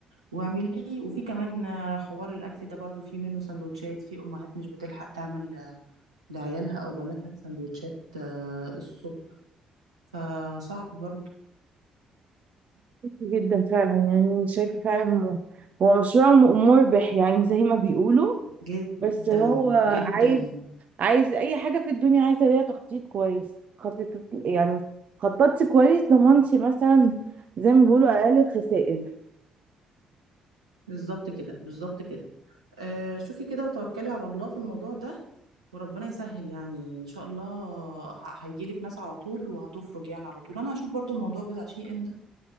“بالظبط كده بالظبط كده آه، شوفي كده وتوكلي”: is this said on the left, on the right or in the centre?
Right